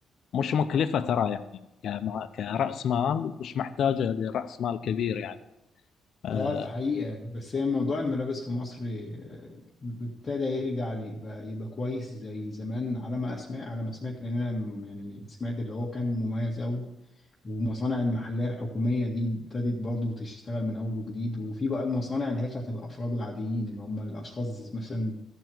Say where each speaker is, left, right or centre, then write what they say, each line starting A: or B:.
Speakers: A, on the left; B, on the left.
A: مش مكلفة ترى يعني كم- كرأس مال مش محتاجة لرأس مال كبير يعني آه،
B: اه حقيقه بس هي موضوع الملابس في مصر آه، ابتدى يرجع لي- يبقى يبقى كويس زي زمان على ما اسمع على ما سمعت لان انا م- يعني سمعت اللي هو كان مميز قوي والمصانع المحلية الحكومية دي ابتدت برضه تشتغل من أول وجديد وفي بقى المصانع اللي هي بتاعت الأفراد العاديين اللي هم الأشخاص مثلا